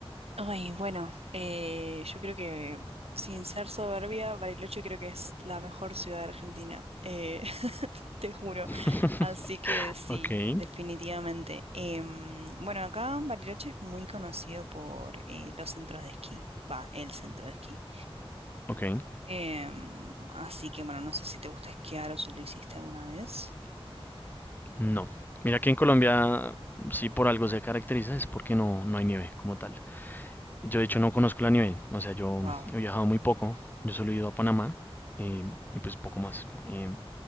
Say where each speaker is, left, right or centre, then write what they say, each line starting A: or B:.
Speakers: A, on the right; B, on the left.
A: Ay, bueno, eh, yo creo que sin ser soberbia, Bariloche creo que es la mejor ciudad de Argentina, eh, <laughs> te juro.
B: <laughs>
A: Así que sí,
B: Ok,
A: definitivamente. Em, bueno, acá Bariloche es muy conocido por eh, los centros de esquí, va, el centro de esquí.
B: ok.
A: Em, así que bueno, no sé si te gusta esquiar o si lo hiciste alguna vez.
B: No. Mira que en Colombia, si por algo se caracteriza, es porque no, no hay nieve como tal. Yo, de hecho, no conozco la nieve. O sea, yo
A: Wow.
B: he viajado muy poco. Yo solo he ido a Panamá eh, y pues poco más. Eh,